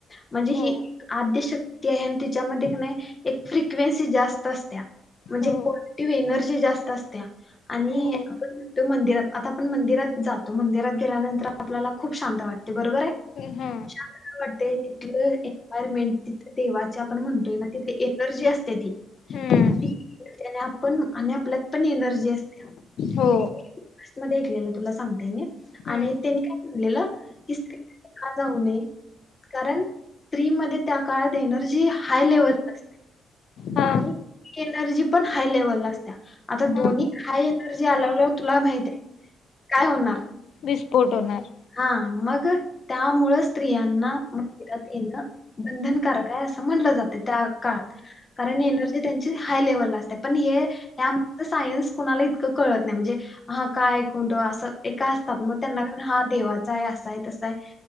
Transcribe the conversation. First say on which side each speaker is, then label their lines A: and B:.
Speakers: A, on the left; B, on the left.
A: म्हणजे
B: हो
A: ही आद्यशक्ती आहे आणि तिच्यामध्ये कनाय एक फ्रिक क्वेनसी जास्त असत्या म्हणजे
B: हो
A: <unintelligible> एनर्जी जास्त असत्या आणि
B: हो
A: आपण म्हणतो मंदिरात आता आपण मंदिरात जातो, मंदिरात गेल्यानंतर आपल्याला खूप शांत वाटते, बरोबराय?
B: हा
A: शांत का वाटतय? तिथलं एन्वायरमेंट तिथ देवाचे आपण म्हणतोय ना तिथे एनर्जी अस तेति
B: हम्म
A: ती त्याने आपण आणि आपल्यात पण एनर्जी असत्या
B: हो
A: <unintelligible> मध्ये ऐकलेलं तुला सांगते मी
B: हम्म
A: आणि त्यांनी काय म्हणलेलं, की स्त्री नी का जाऊ नये कारण स्त्री मधे त्या काळात एनर्जी हाय लेवल असते,
B: हा
A: आणि ती एनर्जी पण हाय लेवलला असत्या, आता
B: हा
A: दोनी हाय एनर्जी आल्याल्या तुला माहितय काय होणार?
B: विस्फोट होणार.
A: हा मग त्यामुळ स्त्रियांना मंदिरात येणं बंधनकारक आहे अ अस म्हणलं जातंय त्या काळात, कारण एनर्जी त्यांची हायलेवलला असत्या. पण हे या <unintelligible> सायन्स कुणाला इतकं कळत नाही म्हणजे हा काय, कोणतं असं एका असता मग त्यांना <unintelligible> हात देवाचाय, असाय तसाय